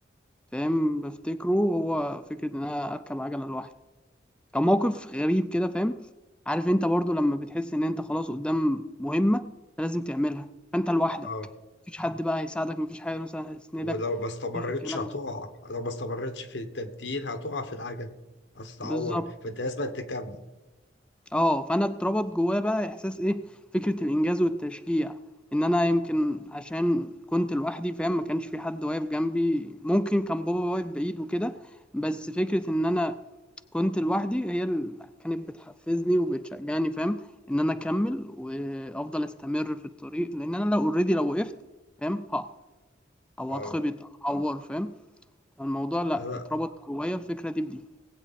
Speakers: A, in the centre; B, on the left.
A: فاهم بفتكره هو فكره ان انا اركب عجله لوحدي كان موقف غريب كده فاهم عارف انت برضو لما بتحس ان انت خلاص قدام مهمة انت لازم تعملها فانت لوحدك
B: أه
A: مفيش حد بقى هيساعدك مفيش حاجة مثلا هيسندك
B: ولو ما استمرتش
A: مفيش الكلام
B: هتقع
A: ده
B: لو ما استمرتش في التبديل هتقع في العجل هتتعور
A: بالظبط
B: فأنت لازم تكمل
A: اه فانا اتربط جوايا بقى احساس ايه فكره الانجاز والتشجيع ان انا يمكن عشان كنت لوحدي فاهم ما كانش في حد واقف جنبي ممكن كان بابا واقف بعيد وكده بس فكره ان انا كنت لوحدي هي اللي كانت بتحفزني وبتشجعني فاهم ان انا اكمل وافضل استمر في الطريق لان انا لو اوريدي لو وقفت فاهم ها او
B: اه
A: اتخبط او اتعور فاهم الموضوع لا
B: انا
A: اتربط جوايا الفكره دي بدي